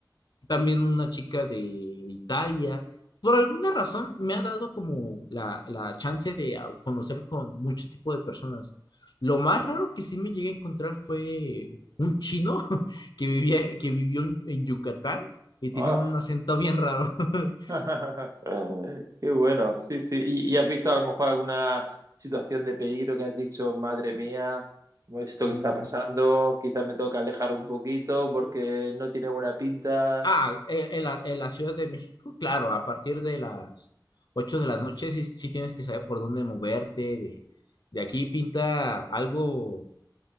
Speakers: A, on the left (about 60°); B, on the right (about 45°).
A: también una chica de Italia. Por alguna razón me ha dado como la, la chance de ah, conocer con mucho tipo de personas. Lo más raro que sí me llegué a encontrar fue un chino <laughs> que vivía, que vivió en, en Yucatán y
B: ¡Ah!
A: tenía un acento bien raro. <laughs>
B: <laughs> Qué bueno, sí, sí. ¿Y, y has visto a lo mejor alguna situación de peligro que has dicho, madre mía, esto
A: Mm,
B: que está pasando, quizás me toca alejar un poquito porque no tiene buena pinta?
A: Ah, en, en la, en la Ciudad de México, claro, a partir de las 8 de la noche sí, sí tienes que saber por dónde moverte, de, de aquí pinta algo